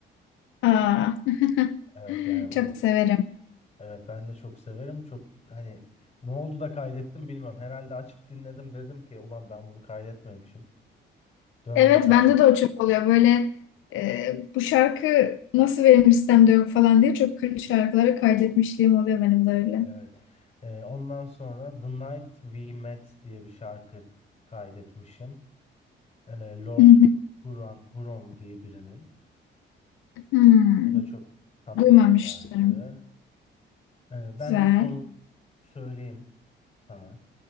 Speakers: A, on the left; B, on the left.
A: Aa, <laughs>
B: Evet yani
A: çok
B: bu
A: severim.
B: evet ben de çok severim. Çok hani ne oldu da kaydettim bilmiyorum. Herhalde açıp dinledim dedim ki ulan ben bunu kaydetmemişim. Dön
A: Evet
B: ve kaydet.
A: bende de o çok oluyor. Böyle e, bu şarkı nasıl benim listemde yok falan diye çok kült şarkıları kaydetmişliğim oluyor benim de öyle.
B: Evet. Eee, ondan sonra The Night We Met diye bir şarkı kaydetmişim. Eee, Lord
A: Hı hı.
B: Huron, Huron diye birinin.
A: Hmm,
B: Bu da çok tatlı
A: Duymamıştım.
B: bir şarkı. Ee, ben
A: Güzel.
B: de son söyleyeyim sana.